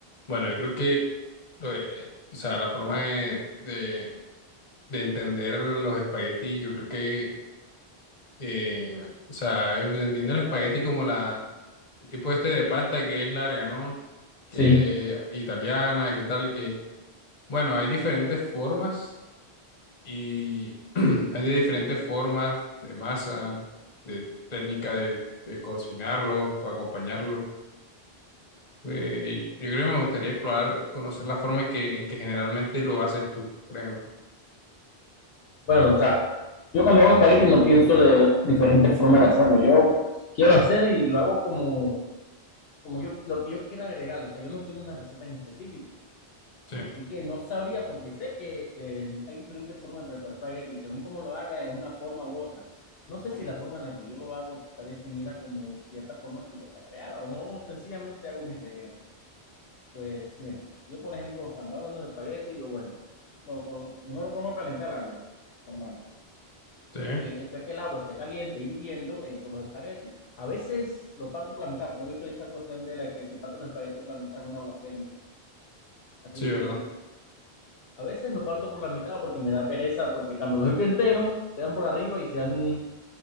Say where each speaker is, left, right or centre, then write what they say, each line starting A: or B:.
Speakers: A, on the left; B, on the left.
A: Bueno, yo creo que eh, o sea, la forma de, de- de entender los espaguetis, yo creo que, eh, o sea, entendiendo el espagueti como la, el tipo este de pasta que es larga, ¿no? Que
B: Sí.
A: italiana, que tal, que, bueno, hay diferentes formas y <clears throat> hay de diferentes formas de masa, de técnica de, de cocinarlo o acompañarlo. Eh, yo creo que me gustaría explorar, conocer la forma en que, en que generalmente lo haces tú, por ejemplo.
B: Bueno, o sea, yo cuando hago espagueti no pienso de diferentes formas de hacerlo. Yo quiero hacer y lo hago como, como yo, lo que yo quiera agregarle. O sea, yo no sigo una receta en específico.
A: Sí,
B: Así que no sabría porque sé que eh, hay diferentes formas de preparar espagueti y según cómo lo haga es una forma u otra. No sé si la forma en la que yo lo hago está definida como cierta forma que ya está creada o sencillamente hago mis regueros. Pues mira, yo por ejemplo, cuando hago unos espaguetis, yo bueno, lo, co- primero pongo a calentar el agua, normal.
A: sí,
B: eh, después que el agua esté caliente, hirviendo, he hecho los espaguetis. A veces lo parto por la mitad, pero he visto esta cuestión de la que si parto los espaguetis por la mitad es una blasfemia. Así
A: sí,
B: que
A: ¿verdad?
B: a veces lo parto por la mitad porque me da pereza, porque cuando los echo enteros, quedan por arriba y se van